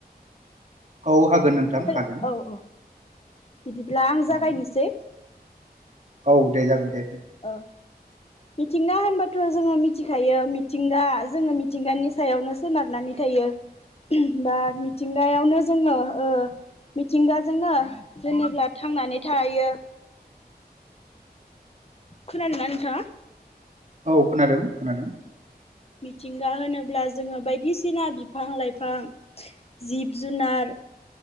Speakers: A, on the right; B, on the left.
A: औ हागोन नोंथां
B: औ
A: हागोन।
B: औ बिदिब्ला आं
A: हागोन
B: जागायनोसै
A: औ दे जागोन दे।
B: ओ मिथिंगा होनबाथ' जोङो मिथिखायो मिथिंगा जोङो मिथिंगानि सायावनो सोनारनानै थायो। बा मिथिंगायावनो जोङो मिथिंगाजोंनो जेनेब्ला थांनानै थायो। खोनादोंना नोंथाङा?
A: औ खोनादों खोनादों।
B: मिथिंगा होनोब्ला जोङो बायदिसिना बिफां -लाइफां जिब -जुनार